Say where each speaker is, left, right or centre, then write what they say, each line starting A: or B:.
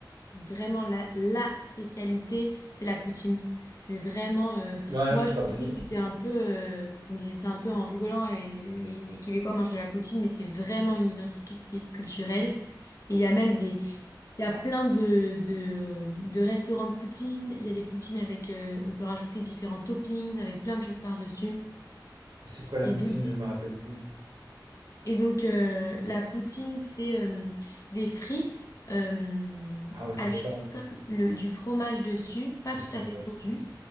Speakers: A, on the left; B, on the right.
A: vraiment la, la spécialité, c'est la poutine. C'est vraiment, euh,
B: Ouais,
A: moi
B: ça
A: je
B: aussi.
A: pensais que c'était un peu, euh, qu'on disait ça un peu en rigolant, et les, les Québécois mangent de la poutine, mais c'est vraiment une identité culturelle. Et il y a même des, il y a plein de, de, de restaurants de poutine, il y a des poutines avec, euh, on peut rajouter différents toppings, avec plein de choses par-dessus.
B: C'est quoi la
A: Et
B: poutine,
A: donc,
B: je me rappelle plus.
A: et donc, euh, la poutine, c'est euh, des frites euh,
B: Ah ouais, c'est
A: avec
B: ça,
A: comme le, du fromage dessus,
B: c'est
A: pas tout
B: ça,
A: à fait
B: ouais,
A: fondu,
B: c'est ça.